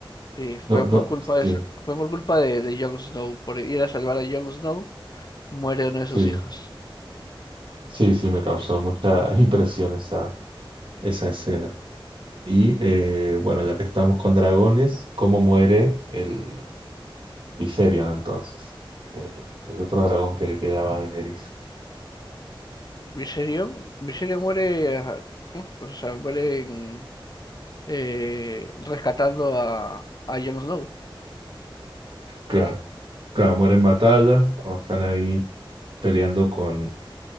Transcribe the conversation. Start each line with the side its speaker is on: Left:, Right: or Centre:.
Left: Sí, fue
Right: No, no,
Left: por culpa
Right: sí,
Left: de, fue por culpa de, de Jon Snow, por ir a salvar a Jon Snow, muere uno de sus
Right: sí,
Left: hijos.
Right: sí, sí, me causó
Left: Sí.
Right: mucha <laughs> impresión esa, esa escena. Y eh, bueno, ya que estamos con dragones, ¿cómo muere el Viserion entonces? El, el otro dragón que le quedaba a Daenerys.
Left: Viserion, Viserion muere, ajá, ¿cómo se- o sea, muere en- eh, rescatando a, a Jon Snow
Right: Claro, claro, muere en batalla, cuando están ahí peleando con,